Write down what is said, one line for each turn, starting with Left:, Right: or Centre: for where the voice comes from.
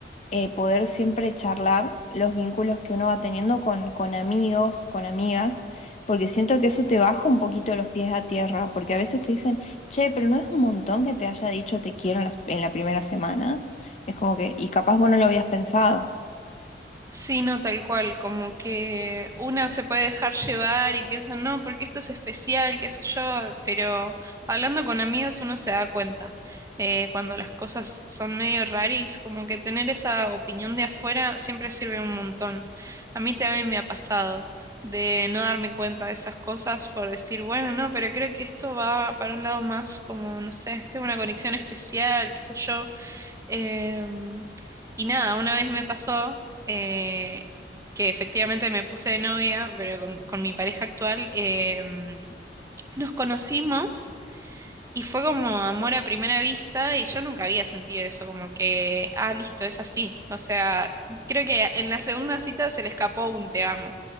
Left: eh, poder siempre charlar los vínculos que uno va teniendo con, con amigos, con amigas, porque siento que eso te baja un poquito los pies a tierra, porque a veces te dicen, che, pero no es un montón que te haya dicho te quiero en las- en la primera semana. Es como que, y capaz vos no lo habías pensado.
Right: Sí, no, tal cual, como que una se puede dejar llevar y piensa, no, porque esto es especial, qué sé yo, pero hablando con amigos uno se da cuenta eh, cuando las cosas son medio raris, como que tener esa opinión de afuera siempre sirve un montón. A mí también me ha pasado de no darme cuenta de esas cosas por decir, bueno, no, pero creo que esto va para un lado más como, no sé, tengo una conexión especial, qué sé yo. Em, y nada, una vez me pasó eh, que efectivamente me puse de novia, pero con, con mi pareja actual em, nos conocimos y fue como amor a primera vista y yo nunca había sentido eso, como que, ah, listo, es así. O sea, creo que en la segunda cita se le escapó un te amo.